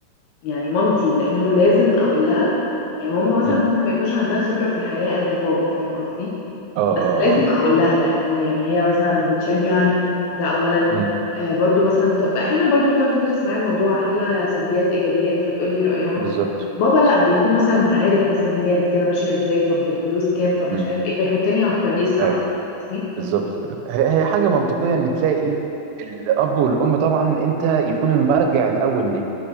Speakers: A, on the left; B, on the right.
A: يعني مامتي لانه لازم اقول لها يعني ماما مثلا
B: مم.
A: ممكن ما يكونش عندها خبره في الحياه قد بابا فاهم قصدي
B: اه
A: بس
B: اه
A: لازم
B: اه
A: اقول
B: أيوة.
A: لها لانه يعني هي مثلا بتشجعني ده اولا
B: امم
A: آه برضو مثلا
B: مم.
A: طب احيانا برضو بتقعد تدرس معايا الموضوع احكي لها سلبيات ايجابيات فتقول لي رايها
B: بالظبط
A: بابا لا
B: بالظبط
A: بيكون مثلا عارف مثلا الدنيا كده ماشيه ازاي طب الفلوس كام طب
B: امم
A: مش عارف ايه فيحطني على الطريق الصح
B: اي
A: قصدي
B: بالظبط هي هي حاجه منطقيه ان تلاقي ايه الاب والام طبعا انت يكون المرجع الاول ليك